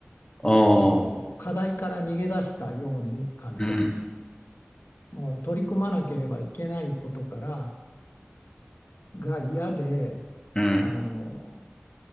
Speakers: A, on the left (about 20°); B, on the left (about 70°).
A: ああ、
B: あの課題から逃げ出したように感じてます。
A: うん、
B: もう取り組まなければいけないことからが嫌で
A: うん。
B: あの